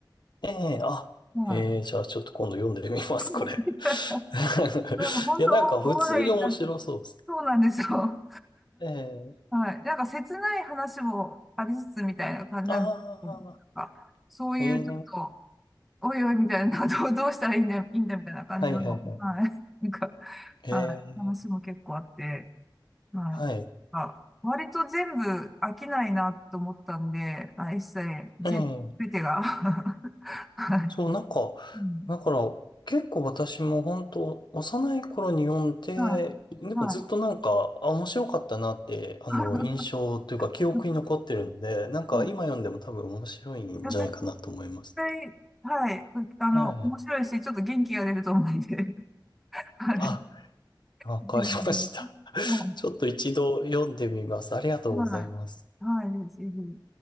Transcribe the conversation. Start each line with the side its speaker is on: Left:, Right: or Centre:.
Left: ええ、あ、
Centre: はい。
Left: ええ、じゃあちょっと今度読んでみます、これ。
Centre: <laughs> な
Left: <laughs>
Centre: んか本当、
Left: いや、なんか普通に面白そうです。
Centre: 大笑いした。そうなんですよ。
Left: ええ、
Centre: はい。なんか切ない話もありつつみたいな感じなんですけど、
Left: ああ、
Centre: なんか、そういうちょっと、
Left: ええ、
Centre: おいおいみたいな、どう、<laughs> どうしたらいいんだ、いいんだみたいな感じの、
Left: はいはいはい。
Centre: はい。なんか、
Left: ええ、
Centre: はい。話も結構あって、はい。
Left: はい。
Centre: あ、割と全部飽きないなと思ったんで、まあ、一切、全部てが。
Left: ええ、
Centre: <laughs> はい。
Left: そう、なんか、
Centre: うん。
Left: だから結構私も本当幼い頃に読んで、
Centre: はい。
Left: でもずっとなんか、
Centre: は
Left: あ、面白かったなって、あの、
Centre: い。
Left: 印象というか記憶に残ってるので、
Centre: <laughs>
Left: なんか今読んでも多分面白いんじゃないかなと思います。
Centre: うんいや絶対、はい。うあの、
Left: はい。
Centre: 面白いし、ちょっと元気が出ると思うんで。<laughs> はい。
Left: あ
Centre: ぜ
Left: わかりました。
Centre: ひぜひは
Left: <laughs> ちょっと一度読んでみます。ありがとうございます。
Centre: い。はい。はい。ぜひぜひ